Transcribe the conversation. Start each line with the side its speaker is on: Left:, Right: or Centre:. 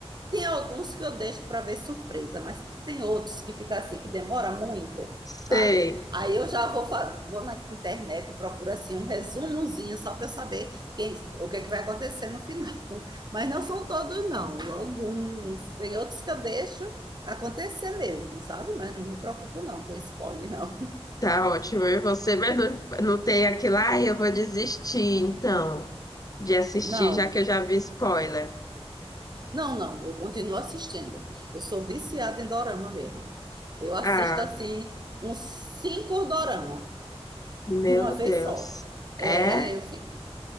Right: Tem alguns que eu deixo para ver surpresa, mas tem outros que fica assim, que demora muito,
Left: Sei,
Right: sabe? Aí eu já vou, fa- vou na internet e procuro assim um resumozinho só para eu saber quem, o que, é que vai acontecer no final. <laughs> Mas não são todos, não. Alguns. Tem outros que eu deixo acontecer mesmo, sabe? Mas não me preocupo não com spoiler, <laughs> não.
Left: tá ótimo. E você, mas não, não tem aquilo, ai, eu vou desistir, então, de assistir,
Right: Não,
Left: já que eu já vi spoiler.
Right: não, não. Eu continuo assistindo. Eu sou viciada em dorama mesmo. Eu assisto
Left: Ah,
Right: assim uns cinco dorama
Left: meu
Right: de uma vez
Left: Deus.
Right: só. É,
Left: É
Right: eu fico,